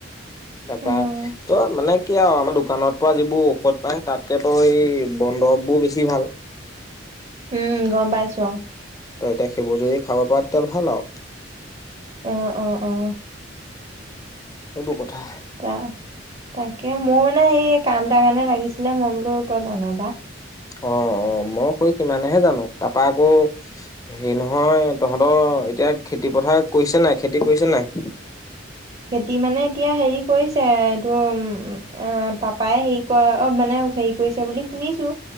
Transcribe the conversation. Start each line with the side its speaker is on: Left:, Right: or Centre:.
Left: তাৰপৰা
Right: উম
Left: তো মানে কি আৰু, আমাৰ দোকানৰ পৰা যিবোৰ ঔষধ পায়, তাতকে তো এই বন দৰৱবোৰ বেছি ভাল।
Right: উম, গম পাইছোঁ অ'।
Left: তই তে সেইবোৰ যদি খাব পাৰ তেতিয়া ভাল আও।
Right: অ-অ-অ।
Left: সেইবো কথা।
Right: তা তাকে মোৰ নে সেই কাম তাৰ কাৰণে লাগিছিলে মই বোলো তই জানো বা।
Left: অ- অ, মই শৈ সিমানেহে জানো তাৰপা আকৌ সে নহয় তহঁতৰ এতিয়া খেতি পথাৰ কৰিছে নাই খেতি কৰিছে নাই?
Right: খেতি মানে এতিয়া হেৰি কৰিছে। এইটো উ, পাপাই হেৰি কৰা অ মানে হেৰি কৰিছে বুলি শুনিছো।